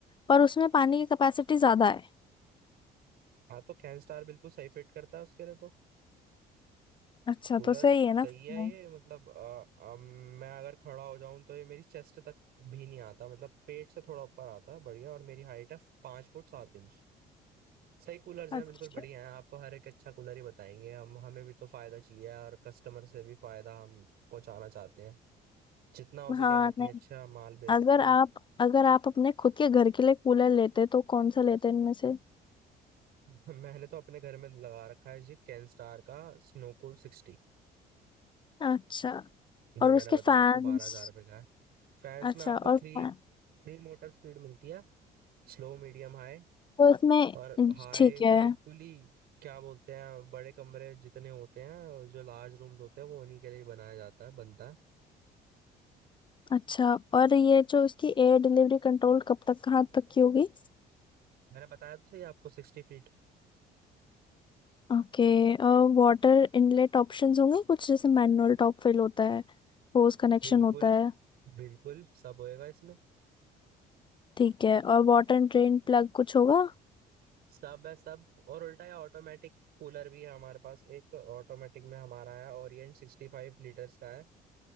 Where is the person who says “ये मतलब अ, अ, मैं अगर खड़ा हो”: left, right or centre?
Right